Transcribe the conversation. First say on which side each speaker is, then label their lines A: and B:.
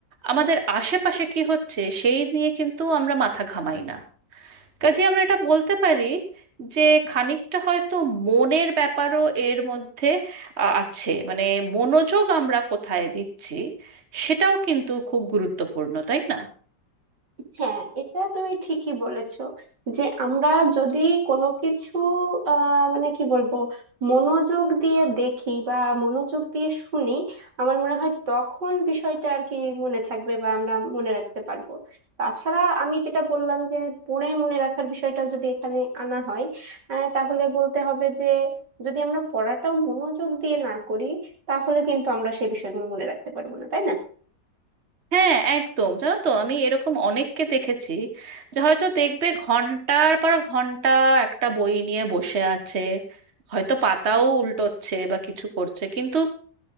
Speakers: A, on the right; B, on the right.
A: আমাদের আশেপাশে কি হচ্ছে সেই নিয়ে কিন্তু আমরা মাথা ঘামাই না কাজে আমরা এটা বলতে পারি যে খানিকটা হয়তো মনের ব্যাপারও এর মধ্যে আ- আছে মানে মনোযোগ আমরা কোথায় দিচ্ছি সেটাও কিন্তু খুব গুরুত্বপূর্ণ তাই না
B: হ্যাঁ এটা তুমি ঠিকই বলেছো যে আমরা যদি কোনো কিছু আহ মানে কি বলবো মনোযোগ দিয়ে দেখি বা মনোযোগ দিয়ে শুনি আমার মনে হয় তখন বিষয়টা আর কি মনে থাকবে বা আমরা মনে রাখতে পারবো তাছাড়া আমি যেটা বললাম যে পড়ে মনে রাখার বিষয়টাও যদি এখানে আনা হয় আহ, তাহলে বলতে হবে যে যদি আমরা পড়াটাও মনোযোগ দিয়ে না করি তাহলে কিন্তু আমরা সেই বিষয়গুলো মনে রাখতে পারবো না তাই না
A: হ্যাঁ একদম জানো তো আমি এরকম অনেককে দেখেছি যে হয়তো দেখবে ঘন্টার পর ঘন্টা একটা বই নিয়ে বসে আছে হয়তো পাতাও উল্টোচ্ছে বা কিছু করছে কিন্তু